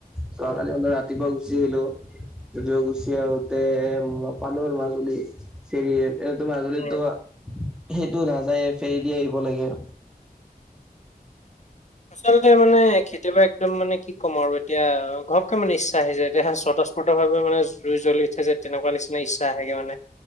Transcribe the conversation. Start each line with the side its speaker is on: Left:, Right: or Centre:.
Centre: যোৱা কালি ম ৰাতিপুৱা ঘুচি আহিলো, য গুচি আহোতে পালৰ মাজুলী, চেৰি এইটো মাজুলীতো,
Left: উম।
Centre: সেইটো নাযায়। ফেৰী দি আহিব লাগে।
Left: আচলতে মানে, কেতিয়াবা একদম মানে কি ক'ম আৰু এতিয়া ঘৰকে মানে ইচ্ছা আহি যায় এতিয়া সত সসফৰ্তভাৱোন জুই জ্বল উঠে যে তেনেকুৱা নিচি ইচ্ছা আহেগে মানে।